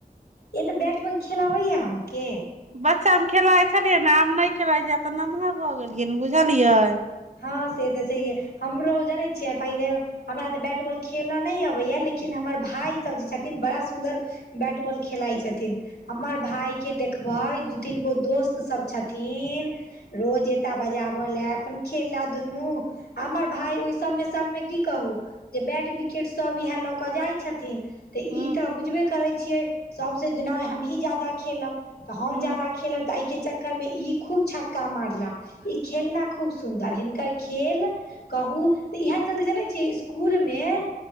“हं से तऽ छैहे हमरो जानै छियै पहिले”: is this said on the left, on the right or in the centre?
Left